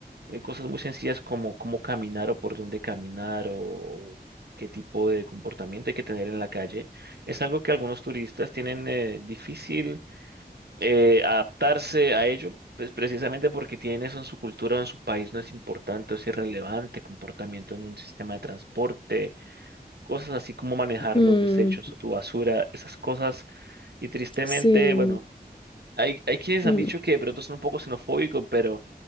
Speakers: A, on the right (about 75°); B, on the left (about 30°).
A: eh, cosas muy sencillas como cómo caminar o por dónde caminar o qué tipo de comportamiento hay que tener en la calle. Es algo que algunos turistas tienen eh, difícil eh, adaptarse a ello. Pues precisamente porque tienen eso en su cultura o en su país no es importante o si es irrelevante, comportamiento en un sistema de transporte, cosas así como manejar
B: mm,
A: los desechos o tu basura, esas cosas. Y tristemente,
B: sí.
A: bueno, hay, hay quienes
B: mm,
A: han dicho que de pronto son un poco xenofóbicos, pero